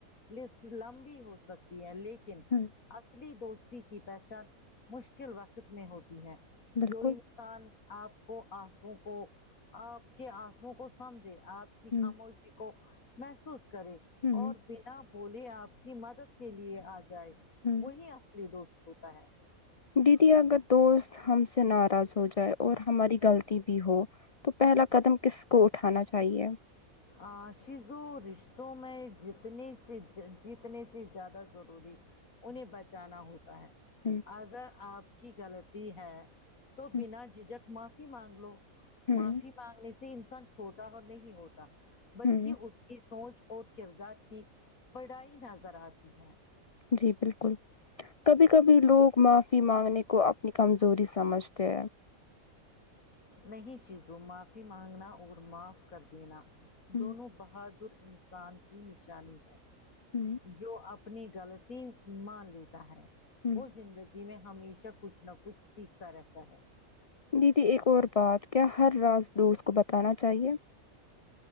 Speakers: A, on the left; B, on the left.
A: لسٹ لمبی ہو سکتی ہے لیکن
B: ہوں
A: اصلی دوست دوستی کی پہچان مشکل وقت میں ہوتی ہے
B: بالکل
A: جو ان ان اپ کو انسوں کو اپ کے انسوں کو سمجھے اپ
B: ہوں
A: خاموشی کو محسوس کرے
B: ہوں
A: اور بنا بولے آپ کی مدد کے لیے آ جائے
B: ہوں
A: وہی اصلی دوست ہوتا ہے
B: دیدی اگر دوست ہم سے ناراض ہو جائے اور ہماری غلطی بھی ہو تو پہلا قدم کس کو اٹھانا چاہیے
A: عاشیزو رشتوں میں جتنے سے جیتنے سے زیادہ ضروری انہیں بچانا ہوتا ہے
B: ہ
A: اگر اپ کی غلطی ہے تو
B: ہ
A: بنا جھجھک معافی مانگ لو
B: ہوں
A: معافی مانگنے سے انسان چھوٹا ہو نہیں ہوتا بلکہ
B: ہوں
A: اس کی سوچ اور کردار کی بڑائی نظر اتی ہے
B: جی بالکل کبھی کبھی لوگ معافی مانگنے کو اپنی کمزوری سمجھتے ہے
A: نہیں شیزو معافی مانگنا اور معاف کر دینا
B: ہوں
A: دونوں بہادر انسان کی نشانی ہے
B: ہوں
A: جو اپنی غلطی مان لیتا ہے
B: ہوں
A: وہ زندگی جی میں ہمیشہ کچھ نہ کچھ سیکھتا رہتا ہے
B: دیدی ایک اور بات کیا ہر راس دوست کو بتانا چاہیے